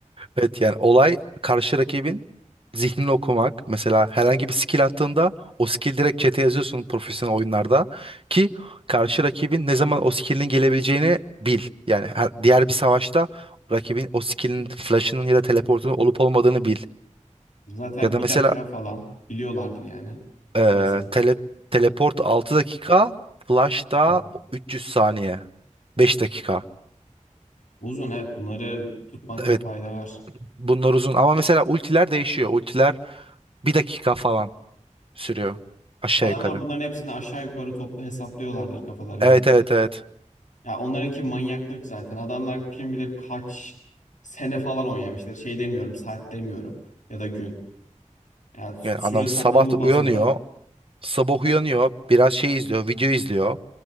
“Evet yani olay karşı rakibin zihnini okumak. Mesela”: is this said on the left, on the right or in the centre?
Right